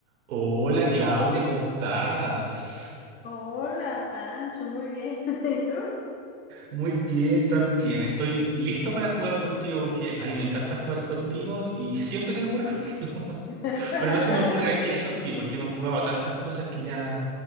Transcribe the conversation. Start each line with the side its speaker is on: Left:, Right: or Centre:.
Right: Hola Claudia, ¿cómo estás?
Left: Hola, Pancho, muy bien. <laughs> ¿Y tú?
Right: Muy bien, también. Estoy listo para jugar contigo porque a mí me encanta jugar contigo y siempre quiero jugar <laughs> contigo.
Left: <laughs>
Right: Pero no se me ocurre a qué, eso sí, porque hemos jugado a tantas cosas que ya...